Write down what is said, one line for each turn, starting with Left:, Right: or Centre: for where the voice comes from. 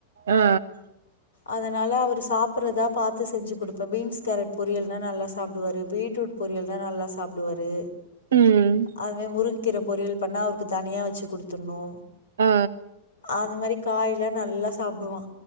Right: ஆ
Left: அதனால அவரு சாப்புறதா பாத்து செஞ்சு குடுப்ப பீன்ஸ் கேரட் பொரியல்னா நல்லா சாப்டுவாரு பீட்ரூட் பொரியல் தா நல்லா சாப்டுவாரு
Right: ம்
Left: அது மாி முருங்கிற பொரியல் பண்ணா அவருக்கு தனியா வச்சு குடுத்துர்னு
Right: ஆ
Left: அது மாரி காய்ல்லா நல்லா சாப்டுவா